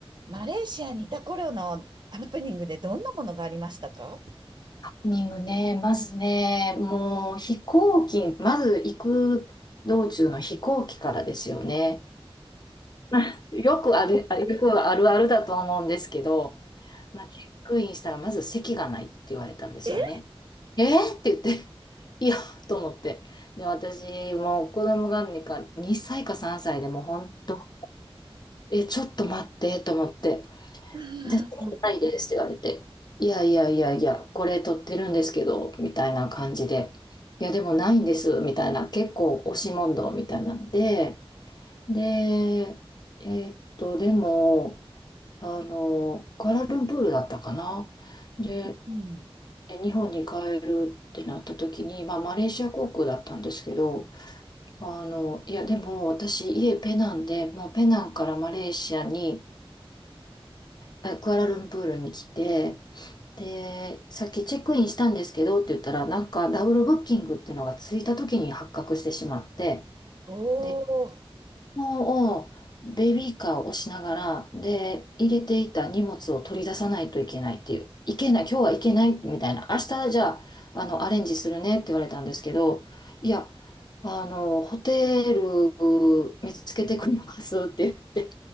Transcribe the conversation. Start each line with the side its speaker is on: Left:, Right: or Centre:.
Right: マレーシアにいた頃のハプニングでどんなものがありましたか
Left: ニングね、まずね、もう飛行機、まず行く道中の飛行機からですよね。<laughs> よくある、あよくあるあるだと思うんですけど、まあ、チェックインしたらまず席がないって言われたんですよね。
Right: え
Left: えー、って言って、<laughs> いや、と思って。で、私、もう子供が2か、2歳か3歳でもうほんと、え、ちょっと待って、と思って。
Right: う
Left: じゃあ、
Right: ん
Left: ないですって言われて、いやいやいやいや、これ撮ってるんですけど、みたいな感じで、いや、でもないんです、みたいな、結構押し問答みたいなんで、で、えーっと、でも、あの、クアラルンプールだったかな。で、
Right: うん
Left: え日本に帰るってなった時に、まあ、マレーシア航空だったんですけど、あの、いや、でも私、家ペナンで、もうペナンからマレーシアに、あクアラルンプールに来て、で、さっきチェックインしたんですけどって言ったら、なんかダブルブッキングっていうのがついた時に発覚してしまって、
Right: おー、
Left: で、
Right: そ
Left: もうベビーカーを押しながら、で、入れていた荷物を取り出さないといけないっていう、いけない、今日はいけないみたいな、明日じゃあ、あの、アレンジするねって言われたんですけど、いや、あの、ホテル見つけてくれますって言って、